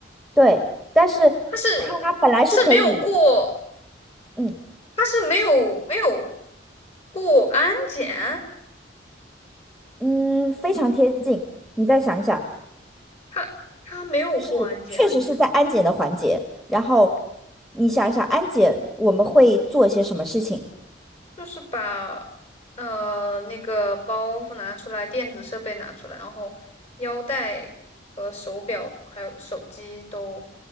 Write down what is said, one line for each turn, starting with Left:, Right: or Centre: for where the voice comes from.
Centre: 对，但是他本来是可以，
Left: 他是是没有过，
Centre: 嗯
Left: 他是没有没有过安检，
Centre: 嗯，非常贴近，你再想一想，
Left: 他他没有过安检，
Centre: 就是确实是在安检的环节，然后你想一想，安检我们会做一些什么事情？
Left: 就是把呃那个包袱拿出来，电子设备拿出来，然后腰带和手表还有手机都